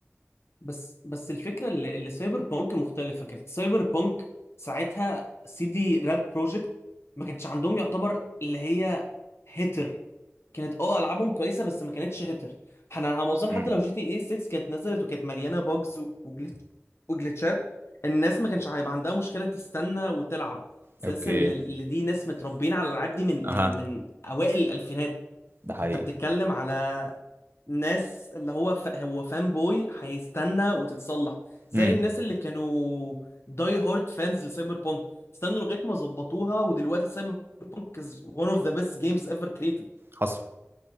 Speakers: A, on the left (about 65°); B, on the right (about 50°).
A: بس بس الفكره اللي, اللي سايبر بانك مختلفه كانت سايبر بانك ساعتها سي دي راد بروجكت ما كانش عندهم يعتبر اللي هي هيتر كانت اه العابهم كويسه بس ما كانتش هيتر احنا على ما اظن
B: مم.
A: حتى لو جي تي اي 6 كانت نزلت وكانت مليانه بوجز وجلitشات الناس ما كانش هيبقى عندها مشكله تستنى وتلعب سنس
B: اوكي
A: اللي اللي دي ناس متربيين على الالعاب دي من
B: اها
A: من من اوائل الالفينات
B: ده حقيقي
A: فانت بتتكلم على ناس اللي هو ف... هو فان بوي هيستنى وتتصلح زي
B: مم.
A: الناس اللي كانوا داي هارد فانز لسايبر بونك استنوا لغايه ما ظبطوها ودلوقتي سايبر بونك از one of the best games ever created
B: حصل